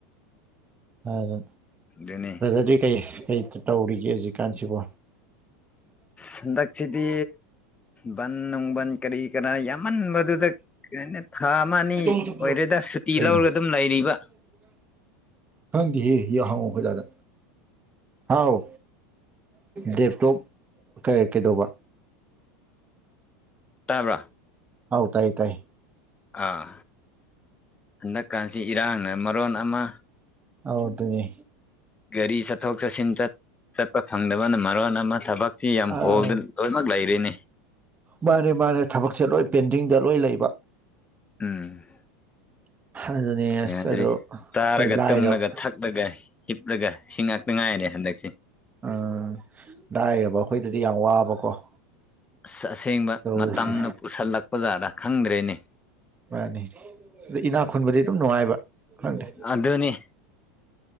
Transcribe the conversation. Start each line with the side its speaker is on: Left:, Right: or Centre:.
Right: ꯑꯥ
Left: ꯗꯨꯅꯦ
Right: ꯑꯗꯨꯗꯤ ꯀꯩ ꯀꯩ ꯇꯧꯔꯤꯒꯦ ꯍꯧꯖꯤꯛꯀꯥꯟꯁꯤꯕꯣ
Left: ꯍꯟꯗꯛꯁꯤꯗꯤ ꯕꯟ ꯅꯨꯡ ꯕꯟ ꯀꯔꯤ ꯀꯔꯥ ꯌꯥꯝꯃꯟꯕꯗꯨ ꯍꯟꯗꯛ ꯀ ꯊꯥ ꯑꯃ ꯑꯅꯤ
Right: ꯂꯦꯇꯣ ꯃꯨꯊꯠꯄꯗꯣ
Left: ꯑꯣꯏꯔꯦꯗ ꯁꯨꯇꯤ
Right: ꯀꯩꯅꯣ
Left: ꯂꯧꯔꯒ ꯑꯗꯨꯝ ꯂꯩꯔꯤꯕ
Right: ꯈꯪꯗꯤꯍꯦ ꯍ ꯍꯪꯉꯣ ꯑꯩꯈꯣꯏ ꯇꯗ ꯍꯥꯎ ꯗꯦꯞꯇꯣꯞ ꯀꯩꯗꯧꯕ
Left: ꯇꯥꯕ꯭ꯔꯥ
Right: ꯍꯥꯎ ꯇꯥꯏ ꯇꯥꯏ
Left: ꯑꯥ ꯍꯟꯗꯛꯀꯥꯟꯁꯤ ꯏꯔꯥꯡꯅ ꯃꯔꯣꯟ ꯑꯃ
Right: ꯑꯧ ꯑꯗꯨꯅꯦ
Left: ꯒꯥꯔꯤ ꯆꯠꯊꯣꯛ ꯆꯠꯁꯤꯟ ꯆꯠꯄ ꯐꯪꯗꯕꯅ ꯃꯔꯣꯟ ꯑꯃ ꯊꯕꯛꯁꯤ ꯌꯥꯝ
Right: ꯑꯥ
Left: ꯍꯣꯜꯗꯅ ꯂꯣꯏꯅꯃꯛ ꯂꯩꯔꯤꯅꯤ
Right: ꯃꯥꯅꯦ ꯃꯥꯅꯦ ꯊꯕꯛꯁꯦ ꯂꯣꯏ ꯄꯦꯟꯗꯤꯡꯗ ꯂꯣꯏ ꯂꯩꯕ
Left: ꯎꯝ
Right: ꯑꯗꯨꯅꯦ ꯑꯁ
Left: ꯌꯥꯗ꯭ꯔꯦ
Right: ꯑꯗꯣ
Left: ꯆꯥꯔꯒ
Right: ꯍꯣꯏ ꯂꯥꯏꯔꯕ
Left: ꯇꯨꯝꯂꯒ ꯊꯛꯂꯒ ꯍꯤ ꯎꯨꯞꯂꯒ ꯁꯤ ꯉꯥꯛꯇ ꯉꯥꯏꯔꯦ ꯍꯟꯗꯛꯁꯦ
Right: ꯎꯝ ꯂꯥꯏꯔꯕ ꯑꯩꯈꯣꯏꯗꯗꯤ ꯌꯥꯝ ꯋꯥꯕꯀꯣ
Left: ꯑꯁ ꯑꯁꯦꯡꯕ
Right: ꯇꯧꯔꯤꯁꯦ
Left: ꯃꯇꯝꯅ ꯄꯨꯁꯤꯜꯂꯛꯄ ꯖꯥꯠꯗ ꯈꯪꯗ꯭ꯔꯦꯅꯦ
Right: ꯃꯥꯅꯤ ꯑꯗ ꯏꯅꯥꯛ ꯈꯨꯟꯕꯗꯤ ꯑꯗꯨꯝ ꯅꯨꯡꯉꯥꯏꯕ ꯈꯪꯗꯦ
Left: ꯑꯗꯨꯅꯤ